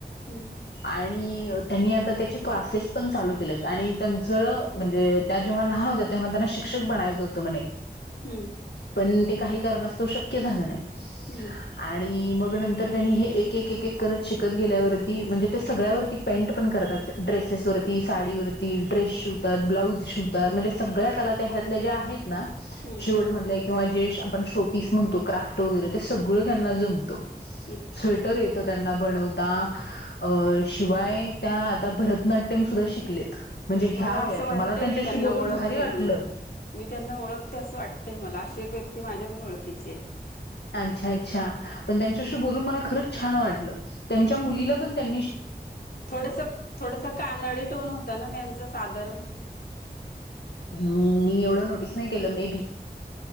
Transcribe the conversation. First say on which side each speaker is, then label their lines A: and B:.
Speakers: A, on the left; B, on the left.
A: हम्म
B: आणि त्यांनी आता त्याचे क्लासेस पण चालू केले आणि त्यांचं म्हणजे त्या जेव्हा लहान होत्या, तेव्हा त्यांना शिक्षक बनायचं होत म्हणे.
A: हम्म
B: पण ते काही कारणास्तव शक्य झालं नाही
A: हम्म
B: आणि मग न तर त्यांनी हे एकेक एक करत शिकत गेल्यावरती म्हणजे ते सगळ्यावरती पेंट पण करतात. ड्रेसेस वरती, साडीवरती, ड्रेस शिवतात, ब्लॉऊज शिवतात, म्हणजे सगळ्या कला त्या ह्यातल्या ज्या आहेत ना,
A: हम्म
B: शिवण मधल्या किंवा जे आपण शो पीस म्हणतो क्राफ्ट वगैरे ते सगळं त्यांना जमतं.
A: अच्छा
B: स्वेटर येतो त्यांना. बनवता शिवाय त्या आता भरतनाट्यम सुद्धा शिकलेत. म्हणजे ह्या
A: मला
B: वयात
A: असं वाटतंय
B: मला त्यांच्याशी
A: मी त्यांना
B: बोलून
A: ओळखते
B: भारी वाटलं.
A: म्हणून मी त्यांना ओळखते असं वाटतय मला अशी एक व्यक्ती माझ्या पण ओळखीची आहे.
B: अच्छा अच्छा पण त्यांच्याशी
A: हम्म
B: बोलून मला खरच छान वाटलं. त्यांच्या मुलीला पण त्यां
A: थोडसक थोडसं कानडी टोन होत ना त्यांचं साधारण.
B: हम् मी एवढं नोटीस नाही केलं मे बी.